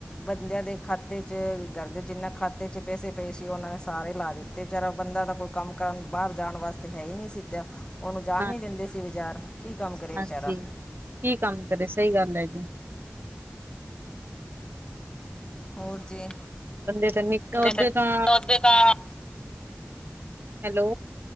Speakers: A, on the left; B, on the right.
A: ਬੰਦਿਆਂ ਦੇ ਖਾਤੇ'ਚ, ਘਰਦੇ ਜਿੰਨ੍ਹਾਂ ਖਾਤੇ'ਚ ਪੈਸੇ ਪਏ ਸੀ, ਉਹਨਾਂ ਨੇ ਸਾਰੇ ਲਾ ਦਿੱ ਤੇ ਵਿਚਾਰਾ ਬੰਦਾ ਦਾ ਕੋਈ ਕੰਮ ਕਰਨ, ਬਾਹਰ ਜਾਣ ਵਾਸਤੇ ਹੈ ਹੀ ਨਹੀਂ ਸੀ ਦਿਆ‌। ਉਹਨੂੰ ਜਾਣ
B: ਹਾਂ
A: ਨੀ ਦਿੰਦੇ ਸੀ ਬਾਜਾਰ, ਕੀ ਕੰਮ ਕਰੇ
B: ਹਾਂਜੀ।
A: ਵਿਚਾਰਾ।
B: ਕੀ ਕੰਮ ਕਰੇ, ਸਹੀ ਗੱਲ ਹੈ ਜੀ।
A: ਹੋਰ ਜੀ
B: ਬੰਦੇ ਤਾਂ ਨਿੱਕ
A: ਤਾ
B: ਓਦੇ
A: ਦੁਧ
B: ਤਾਂ
A: ਦੇ ਨਾਲ
B: ਹੈਲੋ,